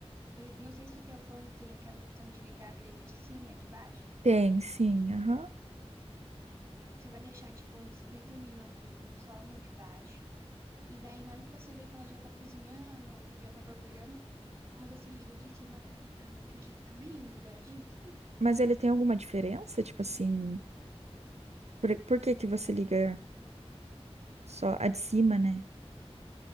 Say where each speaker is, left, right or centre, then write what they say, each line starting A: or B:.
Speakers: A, on the right; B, on the right.
A: E não sei se o teu forno tem aquela opção de ligar a grelha de cima e a de baixo.
B: Tem, sim, aham.
A: Você vai deixar, tipo, uns 15 minutos só no de baixo. E daí, na hora que você vê que ela já tá cozinhando, já tá borbulhando, aí você liga o de cima pra pra o queijo ficar bem douradinho, sabe?
B: Mas ele tem alguma diferença? Tipo assim, por, por que que você liga só a de cima, né?